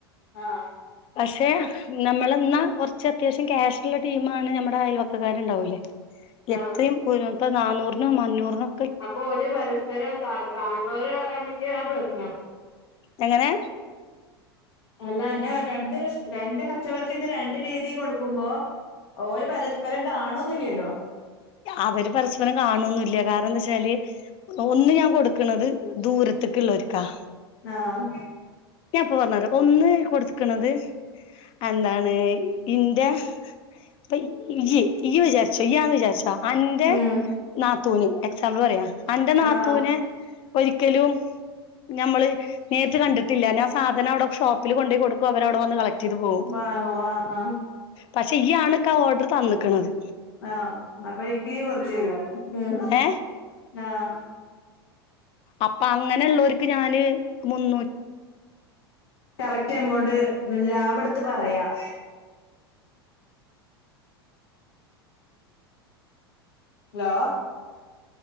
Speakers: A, on the left; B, on the left.
A: ആഹ്
B: പക്ഷെ നമ്മളെ ന്ന കുറച്ച് അത്യാവശ്യം ക്യാഷുള്ള ടീംണ് നമ്മുടെ അയൽവക്കകാരുണ്ടാവുല്ലേ എത്രയും
A: ആഹ്
B: <unintelligible> ഇപ്പ നന്നൂറിനോ മഞ്ഞൂറിനോ
A: അപ്പൊ ഒരു പരസ്പരം കാണു കാണുന്നോര ആണെങ്കിൽ ആഹ് പ്രശ്നം
B: എങ്ങനെ
A: എല്ലാ അന്റെ രണ്ട് രണ്ട് കസ്റ്റമർക്ക് ഇത് രണ്ട് രീതി കൊടുക്കുമ്പോ ഓര് പരസ്പരം കാണുന്നില്ലല്ലോ
B: അവര് പരസ്പരം കാണൊന്നില്ല കാരണം എന്താച്ചാല് ഒന്ന് ഞാൻ കൊടുക്കണത് ദൂരത്തേക്ക് ഇള്ളൊരുക്കാ
A: ആഹ്
B: ഞാൻപ്പൊ പറഞ്ഞരാ ഒന്ന് കൊടുക്കണത് എന്താണ് ഇന്റെ ഇപ്പൊ ഈയ് ഈയ് വിചാരിച്ചോ ഈയ്യാന്ന് വിചാരി അന്റെ
A: ഉം
B: നാത്തൂവിന് എക്സാമ്പിൾ പറയാ അന്റെ നാത്തൂവിനെ
A: ആഹ്
B: ഒരിക്കലും ഞമ്മള് നേരിട്ട് കണ്ടിട്ടില്ല ഞാൻ സാധനം അവിടെ ഷോപ്പില് കൊണ്ടോയി കൊടുക്കും അവര് അവിടെ വന്ന് കളക് ചെയത് പോവും
A: വാങ്ങും ആഹ് ആഹ്
B: പക്ഷേ ഈ ആളൊക്കെ ഓർഡർ തന്നക്കണത്
A: ആഹ് അപ്പൊ എനിക്ക് കുറച്ച് തരുവോ ഉം
B: ഏ
A: ആഹ്
B: അപ്പൊ അങ്ങനെ ഉള്ളവർക്ക് ഞാന് മുന്നു
A: കറക്റ്റ് എമൗണ്ട് ലാഭം എടുത്ത് പറയാം ഹലോ